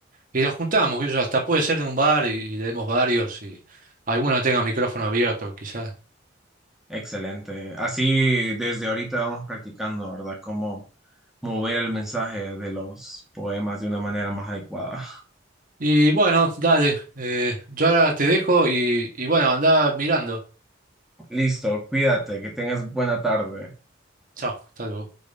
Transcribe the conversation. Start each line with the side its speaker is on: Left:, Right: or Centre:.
Right: y nos juntamos, que yo hasta puede ser en un bar y, y leemos varios y alguno tenga micrófono abierto, quizás.
Centre: Excelente. Así desde ahorita vamos practicando, ¿verdad? Cómo mover el mensaje de los poemas de una manera más adecuada.
Right: Y bueno, dale, eh, yo ahora te dejo y, y bueno, andá mirando.
Centre: <laughs> Listo, cuídate, que tengas buena tarde.
Right: Chao, hasta luego.